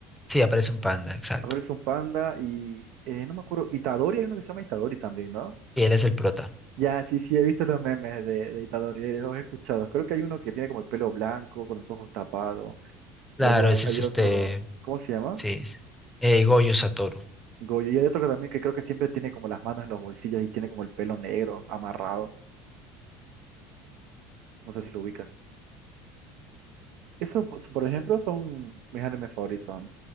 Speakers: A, in the centre; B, on the right.
A: Sí, aparece un panda, exacto.
B: Aparece un panda y, eh, no me acuerdo, Itadori, hay uno que se llama Itadori también, ¿no?
A: Y él es el prota.
B: Ya, sí, sí, he visto los memes de, de Itadori, eh, los he escuchado. Creo que hay uno que tiene como el pelo blanco, con los ojos tapados.
A: Claro,
B: Luego hay,
A: ese
B: hay
A: es este,
B: otro, ¿cómo se llama?
A: sí, eh, Goyo Satoru.
B: Goyo. Y hay otro que también que creo que siempre tiene como las manos en los bolsillos y tiene como el pelo negro, amarrado. No sé si lo ubicas. Eso, pues, por ejemplo, son mis animes favoritos.